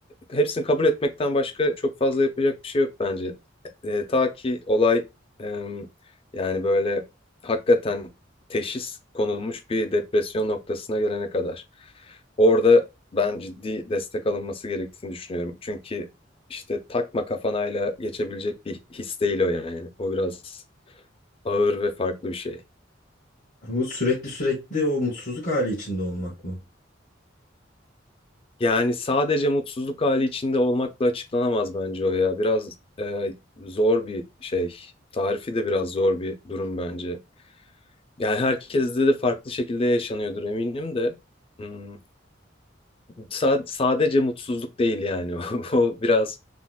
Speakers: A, on the left; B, on the left.
A: hepsini kabul etmekten başka çok fazla yapacak bir şey yok bence. E, ta ki olay e, yani böyle hakikaten teşhis konulmuş bir depresyon noktasına gelene kadar. Orada ben ciddi destek alınması gerektiğini düşünüyorum. Çünkü işte takma kafanayla geçebilecek bir his değil o yani. O biraz ağır ve farklı bir şey.
B: Bu sürekli sürekli o mutsuzluk hali içinde olmak mı?
A: Yani sadece mutsuzluk hali içinde olmakla açıklanamaz bence o ya. Biraz e, zor bir şey. Tarifi de biraz zor bir durum bence. Yani herkeste de farklı şekilde yaşanıyordur eminim de. Hmm, sa- sadece mutsuzluk değil yani. <laughs> O biraz